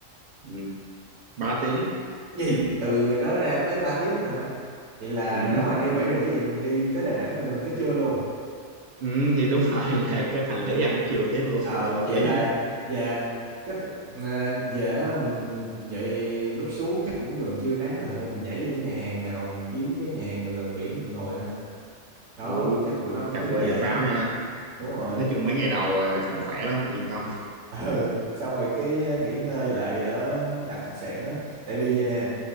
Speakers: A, on the right; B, on the right.
A: ừ, ba tiếng
B: gì từ đó ra tới 3 tiếng luôn hả vậy là
A: ừ.
B: nếu mà đi bảy rưỡi vậy mình đi tới Đà Nẵng là gần tới trưa luôn
A: Ừ, thì đúng rồi <laughs> về cất hành lý ăn trưa tiếp luôn
B: ờ
A: <laughs> hợp
B: vậy
A: lý
B: là
A: luôn
B: và các à, về mình vậy lúc xuống chắc cũng gần trưa nắng rồi thôi mình nhảy vô cái nhà hàng nào mình kiếm cái nhà hàng nào gần biển mình ngồi ha đó
A: ừ,
B: chắc tụi nó cũng
A: cà
B: tính
A: phê
B: vậy
A: cà pháo vậy đó
B: đúng rồi
A: nói chung mấy ngày đầu à, còn khỏe lắm yên tâm
B: ừ xong rồi cái ờ, nghỉ ngơi lại ở đặt khách sạn á tại vì vậy nè